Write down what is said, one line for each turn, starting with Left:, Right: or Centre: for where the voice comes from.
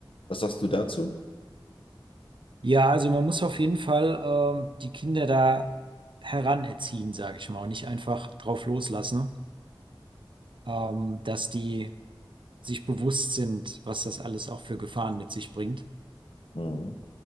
Left: Was sagst du dazu?
Right: Ja, also man muss auf jeden Fall ähm, die Kinder da heranerziehen, sage ich mal, und nicht einfach drauf loslassen, ähm, dass die sich bewusst sind, was das alles auch für Gefahren mit sich bringt.
Left: Mhm.